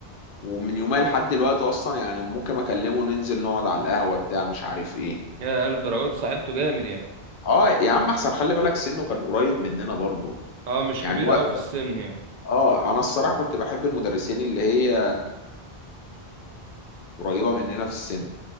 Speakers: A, on the left (about 60°); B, on the right (about 55°).
A: ومن يومها لحد دلوقتي اصلا يعني ممكن اكلمه ننزل نقعد على القهوه بتاع مش عارف ايه
B: يا للدرجات صاحبته جامد يعني
A: اه يا عم احسن خلي بالك سنه كان قريب مننا برضه
B: اه مش
A: يعني
B: كبير
A: هو
B: قوي في السن يعني
A: اه انا الصراحه كنت بحب المدرسين اللي هي قريبه مننا في السن